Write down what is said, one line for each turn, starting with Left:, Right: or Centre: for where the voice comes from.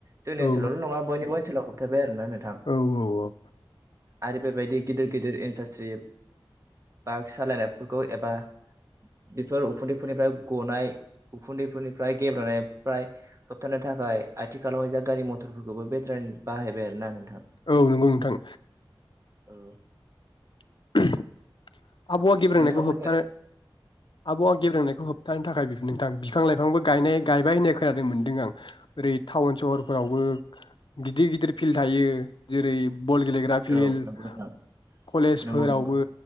Right: जोंनि
Left: औ
Right: ओनोलावल'ङा बनिबोओनोलाव थथाबबाय नोंथां
Left: औ औ
Right: आरो बेबायदि गिदिर गिदिर इनसारस्रि बाइक सालायनायफोरखौ एबा बेफोर उखुन्दैफोरनिफ्राय गनाय उखुन्दैफोरनिफ्राय गेब्रेंनाय फ्राय होबथानो थाखाय आथिखालावहाय जा गारि मथरफोरखौबो बेटारिनि बाहायबाय आरो ना नों
Left: औ नंगौ नोंथां।
Right: औ
Left: <inaudible> आबहावा गेब्रेंनायखौ
Right: नोंथांमोननि
Left: होबथानो आबहावा गेब्रोंनायखौ होब थानो थाखाय नोंथां बिफां-लाइफांबो गायनाय गायबाय होननाय खोनानो मोनदों आं ओरै टाउन सहरफोरावबो ओ गिदिर गिदिर फिल्ड थायो जेरै बल गेलेग्रा फिल्ड
Right: औ नंगौ नोंथां
Left: कलेजफोरावबो
Right: नंगौ नंगौ